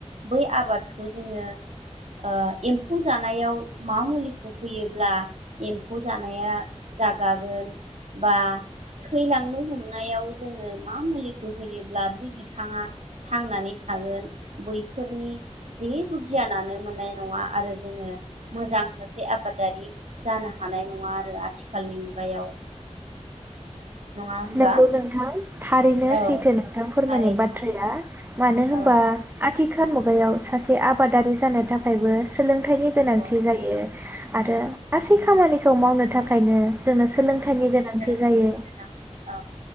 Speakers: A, on the right (about 65°); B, on the right (about 15°).
A: बै आबादखौ जोङो ओ एम्फौ जानायाव मा मुलिखौ होयोब्ला एम्फौ जानाया जागागोन बा थैलांनो हमनायाव जोंङो मा मुलिखौ होयोब्ला बे बिफांङा थांनानै थागोन बैफोरनि जेबो गियानानो मोननाय नंङा आरो जोंङो मोजां सासे आबादारि जानो हानाय नंङा आरो आथिखालनि मुगायाव। नङा होनबा
B: नोंगौ नोंथां थारैनो
A: औ
B: सैथो नोंथां फोरमायनाय
A: थारैनो
B: बाथ्राया मानो होनबा
A: औ
B: आथ थिखा मुगायाव सासे आबादारि जानो थाखायबो सोलोंथाइनि गोनांथि
A: औ
B: जायो आरो गासै खामानिखौ मावनो थाखायनो जोंङो सोलोंथाइनि गोनांथि
A: सोलोंथाइ
B: जायो।
A: गोनां औ